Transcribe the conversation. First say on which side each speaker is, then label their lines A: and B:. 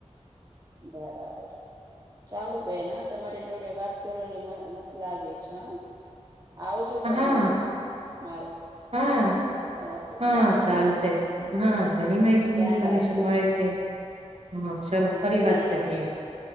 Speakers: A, on the right; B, on the right.
A: બરાબર છે ચાલો બેહેન તમારી જોડે વાત કરને મસ્ત લાગે છે હ આવજો તને
B: હા
A: મારું
B: હા
A: ઓકે
B: હા
A: ચાલશે
B: ચાલ
A: હા
B: છે હા ઘણી માહિતી
A: ઓકે ધ્યાન
B: ઇન્ફોર્મેશન
A: રાખજો
B: મળે છે હા ચાલો
A: હા
B: ફરી
A: ધ્યાન
B: વાત
A: રાખજો
B: કરીએ